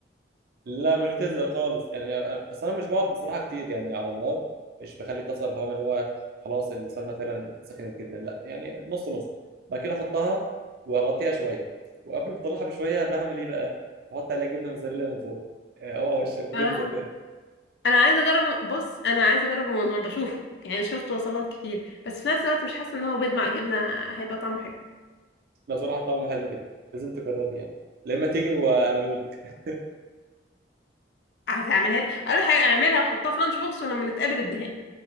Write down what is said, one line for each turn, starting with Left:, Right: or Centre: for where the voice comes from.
Right: لا مش بتلزق خالص يعني أنا- بس انا مش بقعد بصراحه كتير يعني على النار مش بخلي الطاسه فاهم اللي هو خلاص السمنه فعلا سخنت جدا لا يعني نص نص بعد كده احطها واغطيها شويه وقبل ما اطلعها بشويه بعمل ايه بقى بحط عليها جبنه موزاريلا من فوق آه، اوعى وشك بيتزا
Left: آه.
Right: بجد
Left: انا عايزه اجرب بص انا عايزه اجرب الموضوع بشوفه يعني شفت وصفات كتير بس في نفس الوقت مش حاسه ان هو بيض مع الجبنه هيبقى طعمه حلو
Right: لا صراحة طعمه حلو جدا لازم تجربه يعني لما تيجي واعمله لك
Left: هتعملها لي اقول حاجه اعملها واحطها في لانش بوكس ولما نتقابل اديها لي